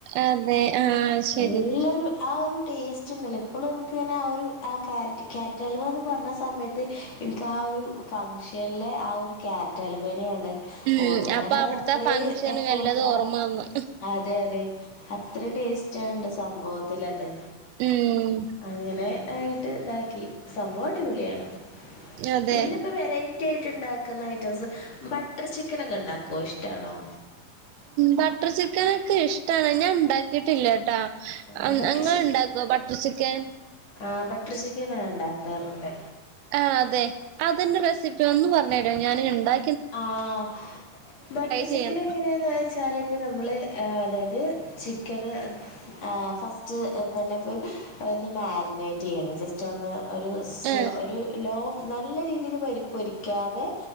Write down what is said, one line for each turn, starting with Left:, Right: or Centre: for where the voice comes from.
Right: അതെ ആഹ് ശരി
Left: എല്ലാരും ആ ഒരു ടേസ്റ്റ് ഉണ്ടല്ലോ ഇപ്പോളും നമുക്കിങ്ങനെ ആ ഒരു ആ ക്യറ്റ് ക്യാരറ്റ് അലുവാന്ന് പറഞ്ഞ സമയ ത്ത് എനിക്ക് ആ ഒരു ഫങ്ഷനിലെ ആ ഒരു ക്യാരറ്റ് അലുവേനയാണ്
Right: ഉം
Left: ഓർമ്മ
Right: അപ്പൊ
Left: അത്
Right: അവിടുത്തെ
Left: അത്ര
Right: ഫങ്ഷനും
Left: എഫേർട്ട്
Right: എല്ലതും
Left: ആഹ്
Right: ഓർമ്മ വന്നു
Left: അതെ അതെ അത്രയും ടേസ്റ്റ് ഉണ്ട് സംഭവത്തിൽ അത്
Right: ഉം
Left: അങ്ങനെ ആയിട്ട് ഇതാക്കി സംഭവം അടിപൊളിയാണ്
Right: അതെ
Left: പിന്നെ ഇപ്പോ വെറേ റ്റിയായിട്ട് ഉണ്ടാക്കുന്ന ഐറ്റംസ് ബട്ടർ ചിക്കൻ ഒക്കെ ഉണ്ടാക്കുവോ ഇഷ്ടാണോ
Right: ബട്ടർ ചിക്കനക്കെ ഇഷ്ടാണ് ഞാൻ ഉണ്ടാക്കിട്ടില്ലട്ടോ
Left: ആ
Right: നി
Left: ബട്ടർ
Right: നിങ്ങൾ ഉണ്ടാക്കോ ബട്ടർ ചിക്കൻ
Left: ആഹ് ബട്ടർ ചിക്കൻ ഞാൻ ഉണ്ടാക്കാറുണ്ട്
Right: ആഹ് അതെ അതിന്റെ റെസിപ്പി ഒന്ന് പറഞ്ഞരുവോ ഞാൻ ഉണ്ടാ
Left: ആഹ് ബട്ടർ ചിക്കൻ
Right: ചെയ്യണം
Left: ഏങ്ങനെയാണ് വേ വെച്ചാല് ഇപ്പ നമ്മള് അതായത് ചിക്കന് ആഹ് ഫസ്റ്റ് എന്താന്ന്‌പ്പോ ഒന്ന് മാരിനേറ്റ് ചെയ്യണം ജസ്റ്റ് ഒന്ന് ഒരു സ്ലോ
Right: ആഹ്
Left: ഒരു ലോ നല്ല രീതിയിൽ പൊരി പൊരിക്കാതെ